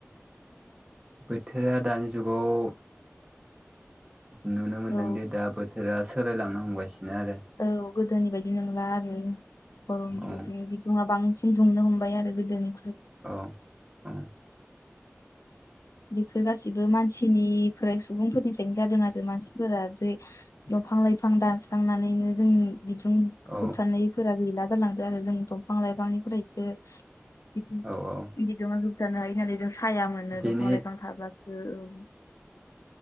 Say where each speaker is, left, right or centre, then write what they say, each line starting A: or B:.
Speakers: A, on the right; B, on the left.
A: बोथोरा दानि जुगाव नुनो मोनदों
B: औ
A: दि दा बोथोरा सोलायलांनो हमगासिनो आरो
B: औ गोदोनि बायदि नोंला आरो गरम
A: औ
B: गुदुं गुदुंआ बांसिन दुंनो हमबाय आरो गोदोनि
A: औ औ
B: बेफोर गासैबो मानसिनिफ्राय सुबुंफोरनिफ्रायनो जादों आरो मानसिफोरा दफां लाइफां दानस्रांनानैनो जों बिदुं
A: औ
B: होबथानायफोरा गैला जालांदों आरो जों दंफां लाइफांनिफ्रायसो बिदुं
A: औ औ
B: बिदुंआ गोबां गायनाय होननानै जों साया मोनो
A: बेनि
B: दंफां लाइफां थाब्लासो औ